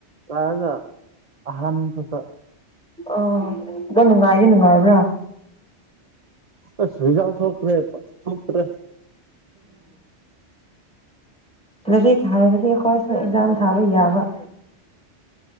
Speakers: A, on the right; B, in the centre.
A: ꯆꯥꯔꯒ ꯑꯍꯟ ꯈꯛꯇ
B: ꯑ ꯑꯗꯨ ꯅꯨꯡꯉꯥꯏꯗꯤ ꯅꯨꯡꯉꯥꯏꯕ꯭ꯔꯥ
A: ꯑꯖꯥꯎ ꯊꯈ꯭ꯔꯦ ꯊ꯭ꯔꯦ
B: ꯔꯗꯤ ꯍꯥꯏꯔꯗꯤ ꯑꯩꯈꯣꯏ ꯁ ꯑꯦꯛꯖꯥꯝ ꯊꯥꯕ ꯌꯥꯕ